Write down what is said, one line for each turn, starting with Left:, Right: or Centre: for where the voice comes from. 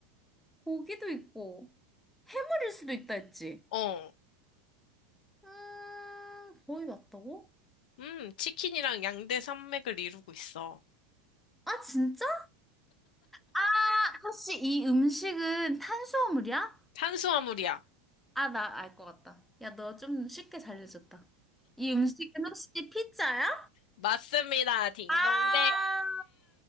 Centre: 고기도 있고, 해물일 수도 있다 했지?
Left: 어,
Centre: 음, 거의 맞다고?
Left: 음, 치킨이랑 양대 산맥을 이루고 있어.
Centre: 아, 진짜? 아, 혹시 이 음식은 탄수화물이야?
Left: 탄수화물이야.
Centre: 아, 나 알 것 같다. 야, 너 좀 쉽게 잘려줬다. 이 음식은 혹시 피자야?
Left: 맞습니다. 딩동댕.
Centre: 아,